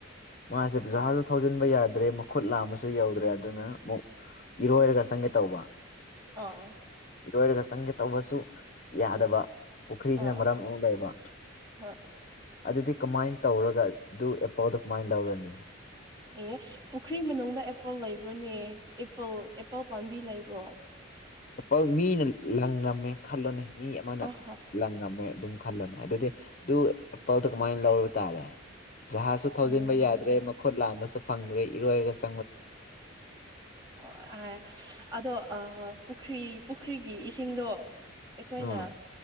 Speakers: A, on the left; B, on the right.
A: ꯃꯥꯁꯦ ꯖꯍꯥꯁꯇꯣ ꯊꯣ ꯖꯤꯟꯕ ꯌꯥꯗ꯭ꯔꯦ ꯃꯈꯨꯠ ꯂꯥꯝꯕꯁꯨ ꯌꯧꯗ꯭ꯔꯦ ꯑꯗꯨꯅ ꯑꯃꯨꯛ ꯏꯔꯣꯏꯔꯒ ꯆꯪꯒꯦ ꯇꯧꯕ
B: ꯑꯣ
A: ꯏꯔꯣꯏꯔꯒ ꯆꯪꯒꯦ ꯇꯧꯕꯁꯨ ꯌꯥꯗꯕ ꯄꯨꯈ꯭ꯔꯤꯗꯨꯅ
B: ꯑꯥ
A: ꯃꯔꯝ ꯑꯃꯨꯛ ꯂꯩꯕ
B: ꯍꯣꯏ
A: ꯑꯗꯨꯗꯤ ꯀꯃꯥꯏꯟ ꯇꯧꯔꯒ ꯗꯨ ꯑꯦꯄꯜꯗꯣ ꯀꯃꯥꯏ ꯂꯧꯔꯅꯤ
B: ꯑꯦ ꯄꯨꯈ꯭ꯔꯤ ꯃꯅꯨꯡꯗ ꯑꯦꯄꯜ ꯂꯩꯕ꯭ꯔꯣꯅꯦ ꯑꯦꯄꯜ ꯑꯦꯄꯜ ꯄꯥꯝꯕꯤ ꯂꯩꯕ꯭ꯔꯣ
A: ꯑꯦꯄꯜ ꯃꯤꯅ ꯂꯪꯔꯝꯃꯦ ꯈꯜꯂꯣꯅꯦ ꯃꯤ ꯑꯃꯅ
B: ꯑꯍ
A: ꯂꯪꯉꯝꯃꯦ ꯑꯗꯨꯝ ꯈꯜꯂꯣꯅꯦ ꯑꯗꯨꯗꯤ ꯑꯗꯨ ꯑꯦꯄꯜꯗꯨ ꯀꯃꯥꯏ ꯂꯧꯔ ꯇꯥꯔꯦ ꯖꯍꯥꯁꯁꯨ ꯊꯧꯖꯤꯟꯕ
B: ꯎꯝ
A: ꯌꯥꯗ꯭ꯔꯦ ꯃꯈꯨꯠ ꯂꯥꯝꯕꯁꯨ ꯐꯪꯗ꯭ꯔꯦ ꯏꯔꯣꯏꯔꯒꯁ
B: ꯑꯣꯑꯥ ꯑꯗꯣ ꯑꯥꯞ ꯄꯨꯈ꯭ꯔꯤ ꯄꯨꯈ꯭ꯔꯤꯒꯤ ꯏꯁꯤꯡꯗꯣ ꯑꯩꯈꯣꯏꯅ
A: ꯑꯥ